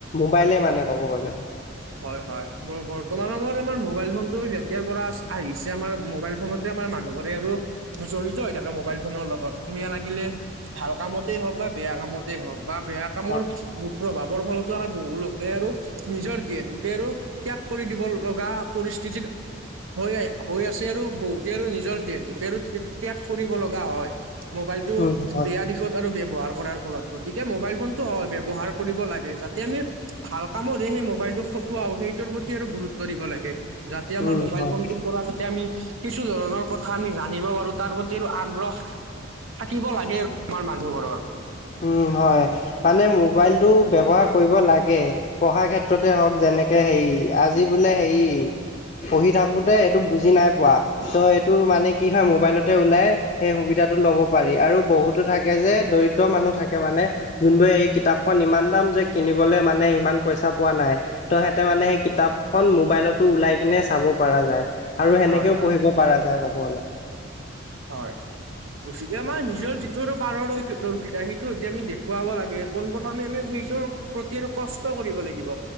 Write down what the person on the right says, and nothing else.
হয় হয়, বৰ বৰ্তমান সময়ত আমাৰ মোবাইল ফোনটো যেতিয়াৰ পৰা আছ আহিছে, আমাৰ মোবাইল ফোনত তে আমাৰ মানুহৰে আৰু জড়িত হৈ থাকে মোবাইল ফোনৰ লগত। ‌সেয়া লাগিলে ভাল কামতেই হওঁক বা বেয়া কামত। তে হওঁক বা বেয়া কামৰ
কু-প্ৰভাৱৰ ফলতো আৰু বহু লোকে আৰু নিজৰ দি লোকে আৰু ত্যাগ কৰি দিব লগা পৰিস্থিতিত হৈ হৈ আছে আৰু বহুতে আৰু নিজৰ দেহটোকে আৰু তে-ত্যাগ কৰিব লগা হয়। মোবাইলটো
বেয়া দিশ ত আৰু ব্যৱহাৰ কৰাৰ ফলত। গতিকে মোবাইল ফোনটো অ ব্যৱ‍‍হাৰ কৰিব লাগে যাতে আমি ভাল কামতহে সেই মোবাইলটো সো ৱাও সেইটোৰ প্ৰতি আৰু গুৰুত্ব দিব লাগে। যাতে আমাৰ
মোবাইল
ফোনটোৰ পৰা যাতে আমি কিছু ধৰণৰ কথা আমি জানিব পাৰো। তাৰ প্ৰতি আৰু আগ্ৰহ থাকিব লাগে আৰু আমাৰ মানুহৰৰ।
হয় হয়
হয়। গতিকে আমাৰ নিজৰ যিটো পাৰদৰ্শি-দৰ্শিতা সেইটো যে আমি দেখুৱাব লাগে। পোন প্ৰথমে আমি সেইটোৰ প্ৰতি আৰু কষ্ট কৰিব লাগিব